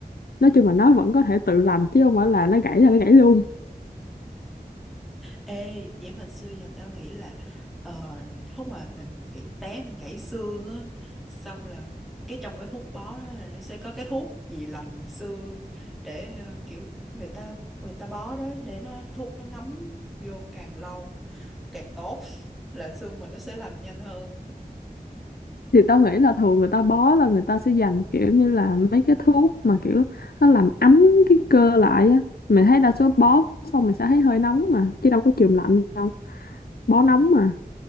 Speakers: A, on the left; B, in the centre.
A: nói chung là nó vẫn có thể tự lành chứ không phải là nó gãy là nó gãy luôn
B: Ê, vậy mà xưa giờ tao nghĩ là ờ, lúc mà mình bị té mình gãy xương á, xong là cái trong cái thuốc bó đó là nó sẽ có cái thuốc gì lành xương để ờ, kiểu người ta người ta bó đó để nó thuốc nó ngấm vô càng lâu càng tốt <laughs> là xương mình nó sẽ lành nhanh hơn.
A: thì tao nghĩ là thường người ta bó là người ta sẽ dành kiểu như là mấy cái thuốc mà kiểu nó làm ấm cái cơ lại á mình thấy đa số bó xong mình sẽ thấy hơi nóng mà chứ đâu có chườm lạnh đâu bó
B: Ừ,
A: nóng mà